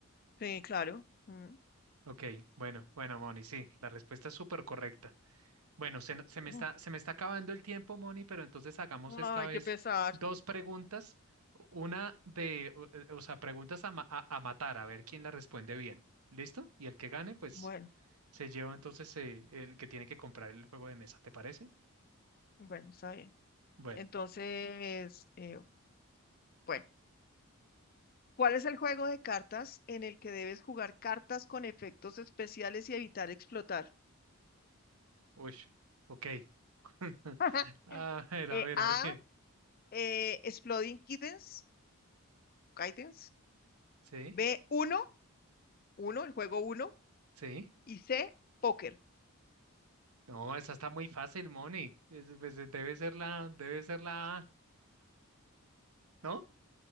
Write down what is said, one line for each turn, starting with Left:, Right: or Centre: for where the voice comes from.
Left: Sí, claro. Mm.
Right: Ok, bueno, bueno, Moni, sí, la respuesta es súper correcta. Bueno, se, no- se me
Left: Ujú.
Right: está, se me está acabando el tiempo, Moni, pero entonces hagamos
Left: Ay,
Right: esta vez
Left: qué pesar.
Right: dos preguntas. Una de, o, o sea, preguntas a, ma- a a matar, a ver quién la responde bien. ¿Listo? Y el que gane, pues
Left: Bueno,
Right: Se lleva entonces eh, el que tiene que comprar el juego de mesa, ¿te parece?
Left: bueno, está bien.
Right: Bueno,
Left: Entonces, eh, bueno. ¿Cuál es el juego de cartas en el que debes jugar cartas con efectos especiales y evitar explotar?
Right: uy, ok. <laughs>
Left: <laughs>
Right: A ver,
Left: Eh,
Right: a ver,
Left: A,
Right: a ver.
Left: eh, Exploding Kittens, Kittens.
Right: Sí,
Left: B, uno, uno, el juego uno.
Right: sí.
Left: Y C, Póker.
Right: No, esa está muy fácil, Moni. Es- pues, eh, debe ser la, debe ser la A, ¿no?